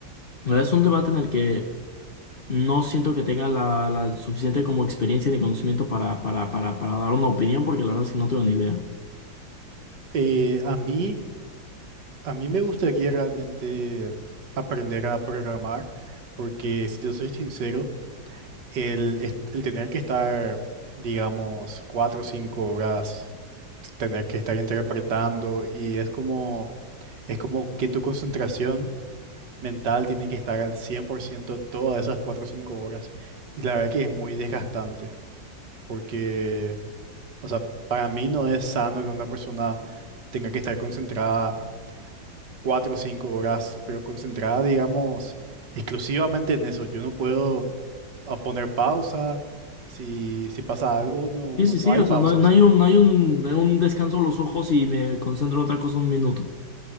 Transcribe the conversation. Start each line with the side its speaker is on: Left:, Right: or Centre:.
Left: la verdad es un debate en el que no siento que tenga la, la suficiente como experiencia ni conocimiento para, para, para, para dar una opinión porque la verdad es que no tengo ni idea.
Right: Eh, a mí, a mí me gustaría realmente aprender a programar, porque si yo soy sincero, El, est- el tener que estar, digamos, cuatro o cinco horas, tener que estar interpretando y es como, es como que tu concentración mental tiene que estar al 100% todas esas cuatro o cinco horas. Y la verdad que es muy desgastante porque, o sea, para mí no es sano que una persona tenga que estar concentrada cuatro o cinco horas, pero concentrada, digamos, exclusivamente en eso. Yo no puedo a poner pausa. Si, si pasa algo, no,
Left: Sí, sí,
Right: no
Left: sí,
Right: hay
Left: o
Right: pausas.
Left: sea, no, no hay un, no hay un, de un descanso los ojos y me concentro en otra cosa un minuto.